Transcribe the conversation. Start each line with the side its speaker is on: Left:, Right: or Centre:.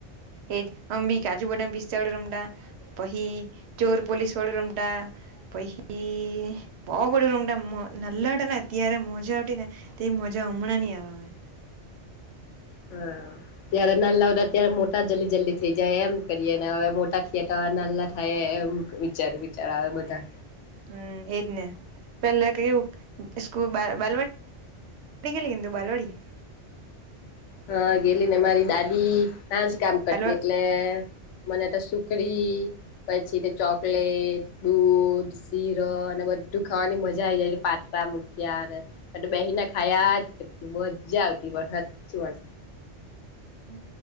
Right: એજ અંબી કાજુ બદામ પિસ્તા વાળું રમડા પછી ચોર પોલીસ વાળું રમતા. પહી બો બધા રમતા નલ્લા હતાને ત્યારે મજા આવતી ને તે મજા હમણાં નહીં આવે.
Left: હા ત્યારે નાનલા હતા ત્યારે મોટા જલ્દી જલ્દી થઈ જાય એમ કરીએ ને હવે મોટા થયાં ત નાનલા થઈએ એમ વિચાર વિચાર આવે બધા
Right: હમ એજ ને પેલા કેવું સ્કૂલ બાલ બાલવા પડી ગયેલીને <unintelligible> બારવાડી.
Left: હા ગેલી ને મારી દાદી નાજ કામ કરતી
Right: બાલ
Left: એટલે મને તો સુ ખડી પછી તે ચોકલેટ, દૂધ, શીરો અને બધું ખાવાનું મજા આવી જાય છે, પાતળા મૂઠિયાં અને. અને બેસીને ખાયા જ કરતી મજા આવતી પણ હાચી વાત
Right: હ